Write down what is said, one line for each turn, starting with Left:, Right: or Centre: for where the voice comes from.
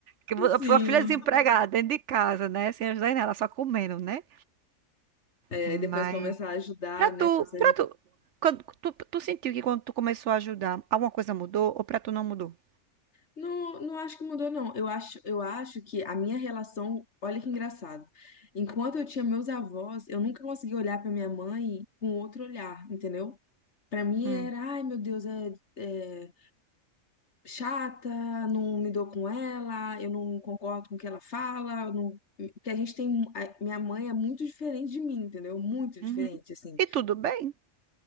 Right: que
Left: Sim.
Right: a filha desempregada dentro de casa, né? Sem ajudar em nada, só comendo, né?
Left: É,
Right: Mas
Left: e depois começar a ajudar,
Right: pra
Left: né?
Right: tu,
Left: Consegue...
Right: pra tu, quando, tu, tu sentiu que quando tu começou a ajudar, alguma coisa mudou ou pra tu não mudou?
Left: Não, não acho que mudou, não. Eu acho, eu acho que a minha relação, olha que engraçado. Enquanto eu tinha meus avós, eu nunca consegui olhar pra minha mãe com outro olhar, entendeu? Pra mim
Right: Hum.
Left: era, ai meu Deus, é, é, chata, não me dou com ela, eu não concordo com o que ela fala, eu não... porque a gente tem. a- Minha mãe é muito diferente de mim, entendeu? Muito diferente,
Right: Uhum.
Left: assim.
Right: E tudo bem?